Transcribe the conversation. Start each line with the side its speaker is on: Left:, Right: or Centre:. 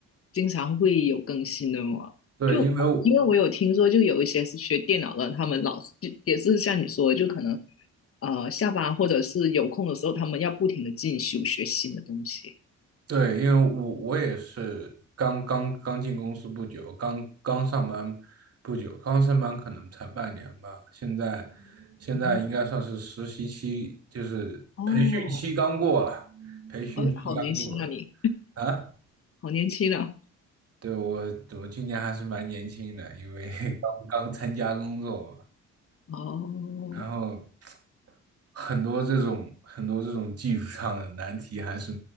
Left: 经常会有更新的吗？
Right: 对，
Left: 就因为我有听说，
Right: 因为我
Left: 就有一些是学电脑的，他们老是就也是像你说的，就可能呃下班或者是有空的时候，他们要不停的进修学新的东西。
Right: 对，因为我我也是刚刚刚进公司不久，刚刚上班不久，刚上班可能才半年吧。现在现在应该算是实习期，
Left: 嗯
Right: 就是培训期刚过了，
Left: 哦，
Right: 培训期刚过了
Left: 哦，好年轻啊你，
Right: 啊。
Left: 好年轻啊！
Right: 对，我我今年还是蛮年轻的，因为 <laughs> 刚刚参加工作嘛。
Left: 哦，
Right: 然后很多这种很多这种技术上的难题还是